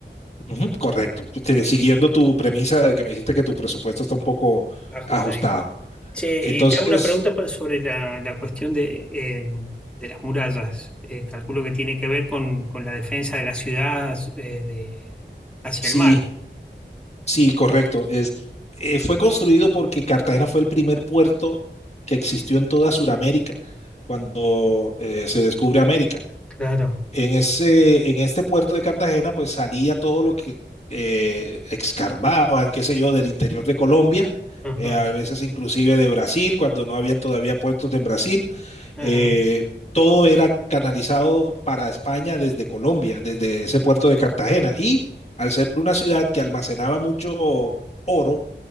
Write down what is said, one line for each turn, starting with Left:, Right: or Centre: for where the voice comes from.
Left: Ujú, correcto. Pues, Te- siguiendo tu premisa de que me dijiste que tu presupuesto está un poco
Centre: Ajustadito.
Left: ajustado.
Centre: Che,
Left: Entonces,
Centre: y te hago una pregunta pa- sobre la, la cuestión de, eh, de las murallas. Eh, calculo que tiene que ver con, con la defensa de las ciudades eh, de, hacia
Left: Sí,
Centre: el mar.
Left: sí, correcto. Es, eh, fue construido porque Cartagena fue el primer puerto que existió en toda Sudamérica cuando eh, se descubre América.
Centre: Claro.
Left: En ese, en este puerto de Cartagena, pues salía todo lo que eh, excavaban, qué sé yo, del interior de Colombia,
Centre: Ajá,
Left: eh, a veces inclusive de Brasil, cuando no habían todavía puertos en Brasil.
Centre: ajá.
Left: Eh, todo era canalizado para España desde Colombia, desde ese puerto de Cartagena. Y al ser una ciudad que almacenaba mucho oro,